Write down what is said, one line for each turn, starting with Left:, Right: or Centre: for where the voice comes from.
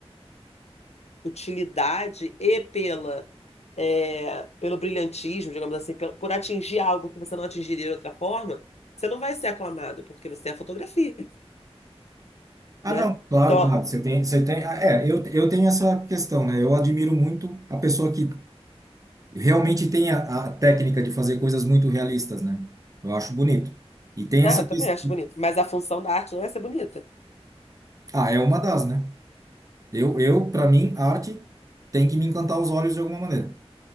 Left: utilidade e pela é, pelo brilhantismo, digamos assim, pelo- por atingir algo que você não atingiria de outra forma, você não vai ser aclamado, porque você é a fotografia,
Right: Ah,
Left: né?
Right: não, claro,
Left: Então,
Right: claro.
Left: ó,
Right: Você tem, você tem. ah, É, eu, eu tenho essa questão, né? Eu admiro muito a pessoa que realmente tem a, a técnica de fazer coisas muito realistas, né? Eu acho bonito. E tem
Left: ah,
Right: essa.
Left: eu
Right: ques-
Left: também acho bonito, mas a função da arte não é ser bonita,
Right: Ah, é uma das, né? Eu, eu para mim, arte tem que me encantar os olhos de alguma maneira.